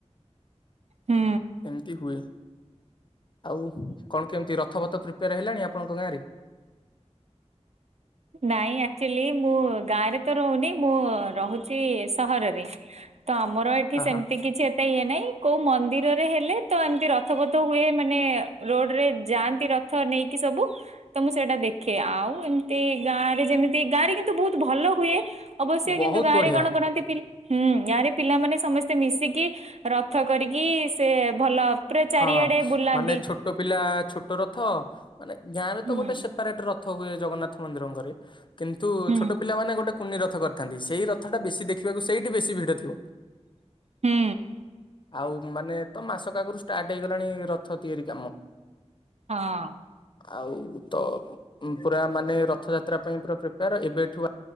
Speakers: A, on the right; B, on the left.
A: ହୁଁ।
B: ଏମିତି ହୁଏ ଆଉ କଣ କେମିତି ରଥ ପଥ ପ୍ରିପେୟାର ହେଲାଣି ଆପଣଙ୍କ ଗାଁରେ?
A: ନାଇଁ ଆକ୍ଚୁଆଲି ମୁଁ ଗାଁରେ ତ ରହୁନି ମୁଁ ରହୁ ରହୁଚି ସହରରେ ତ ଆମର ଏଠି
B: ଆହା
A: ସେମିତି କିଛି ଏତ୍ ଏତେ ଇଏ ନାଇଁ କଉ ମନ୍ଦିରରେ ହେଲେ ତ ଏମିତି ରଥ ପଥ ହୁଏ ମାନେ ରୋଡ୍ ରେ ଯାଆନ୍ତି ର ରଥ ନେଇକି ସବୁ ତ ମୁଁ ସେଟା ଦେଖେ ଆଉ ଏମ୍ ଗାଁରେ ଯେମିତି ଗାଁରେ କିନ୍ତୁ ବହୁତ ଭଲ ହୁଏ ଅବଶ୍ୟ
B: ବହୁତ
A: କିନ୍ତୁ ଗାଁରେ
B: ବଢିଆ
A: କଣ କରନ୍ତି ପିଲା ହୁଁ ଗାଁରେ ପିଲାମାନେ ସମସ୍ତେ ମିଶିକି ରଥ କରିକି ସେ ଭଲ ତାପରେ ଚାରିଆଡେ
B: ହଁ
A: ବୁଲାନ୍ତି।
B: ମାନେ ଛୋଟ ପିଲା ଛୋଟ ରଥ ମାନେ ଗାଁରେ
A: ହୁଁ
B: ତ ଗୋଟେ ସେପାରେଟ ରଥ ହୁଏ ଜଗନ୍ନାଥ ମନ୍ଦିରଙ୍କରେ। କିନ୍ତୁ
A: ହୁଁ
B: ଛୋଟ ପିଲାମାନେ ଗୋଟେ କୁନି ରଥ କରିଥାନ୍ତି ସେଇ ରଥଟା ବେଶୀ ଦେଖିବାକୁ ସେଇଠି ବେଶୀ ଭିଡ ଥିବ।
A: ହୁଁ
B: ଆଉ ମାନେ ତ ମାସକ ଆଗରୁ ଷ୍ଟାର୍ଟ ହେଇଗଲାଣି ରଥ ତିଆରି କାମ।
A: ହଁ
B: ଆଉ ତ ପୁରା ମାନେ ରଥଯାତ୍ରା ପାଇଁ ପୁରା ପ୍ରିପେୟାର ଏବେଠୁ